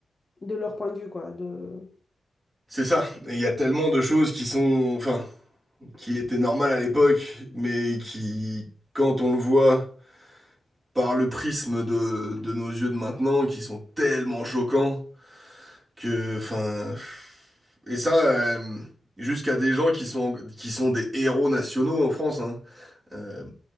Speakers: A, on the left; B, on the right.
A: De leur point de vue, quoi. De...
B: C'est ça. Et il y a tellement de choses qui sont, enfin, qui étaient normales à l'époque, mais qui, quand on le voit par le prisme de, de nos yeux de maintenant, qui sont tellement choquants Que, enfin, et ça, euh, jusqu'à des gens qui sont, qui sont des héros nationaux en France, hein. Euh,